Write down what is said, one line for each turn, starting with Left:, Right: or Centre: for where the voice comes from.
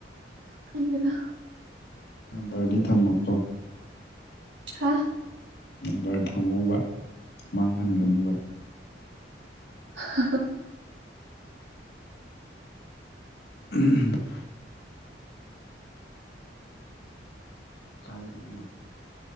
Right: ꯈꯪꯗꯦꯗꯥ
Left: ꯅꯝꯕꯔꯗꯤ ꯊꯝꯃꯣꯀꯣ
Right: ꯍꯥ
Left: ꯅꯝꯕꯔ ꯊꯝꯃꯣꯕꯥ ꯃꯥꯡꯍꯟꯒꯅꯨꯕ
Right: <inaudible>
Left: ꯎꯝ <inaudible> ꯀꯥꯏꯗꯩꯅꯣ